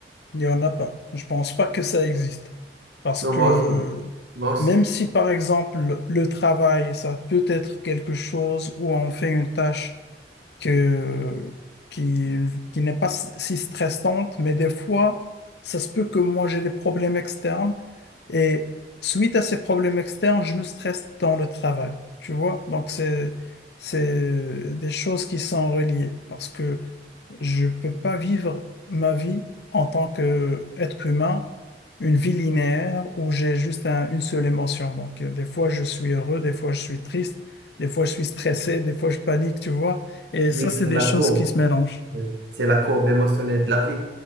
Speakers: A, on the left; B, on the right.
A: Il n'y en a pas. Je pense pas que ça existe. Parce
B: Non,
A: que
B: moi aussi, moi aussi.
A: même si, par exemple, le travail, ça peut être quelque chose où on fait une tâche. que, qui, qui n'est pas si si stressante, mais des fois, ça se peut que moi j'ai des problèmes externes et suite à ces problèmes externes, je me stresse dans le travail, tu vois? Donc, c'est, c'est des choses qui sont reliées parce que je ne peux pas vivre ma vie en tant qu'être humain, une vie linéaire où j'ai juste un- une seule émotion. Donc, euh, des fois, je suis heureux, des fois, je suis triste, des fois, je suis stressé, des fois, je panique, tu vois. Et
B: Mais
A: ça,
B: c'est
A: c'est des
B: la
A: choses
B: courbe,
A: qui se mélangent.
B: oui. c'est la courbe émotionnelle de la vie.